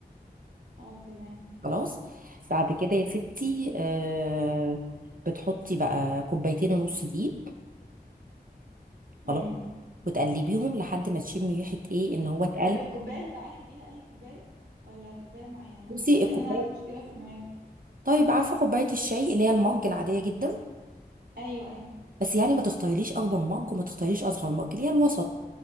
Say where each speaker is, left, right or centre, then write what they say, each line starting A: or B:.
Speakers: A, on the right; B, on the right.
A: اه تمام
B: خلاص بعد كده يا ستي آه... بتحطي بقى كوبايتين ونص دقيق
A: امم
B: خلاص وتقلبيهم لحد ما تشمي ريحه ايه ان هو اتقلب
A: طب الكوباية اللي بعين بيها اي كوباية ولا كوباية معينة
B: بصي
A: لان
B: الكوبايه
A: انا عندي مشكلة في المايو
B: طيب عارفه كوبايه الشاي اللي هي المج العاديه جدا
A: ايوه ايوه
B: بس يعني ما تختاريليش اكبر مج وما تختاريش اصغر مج اللي هي الوسط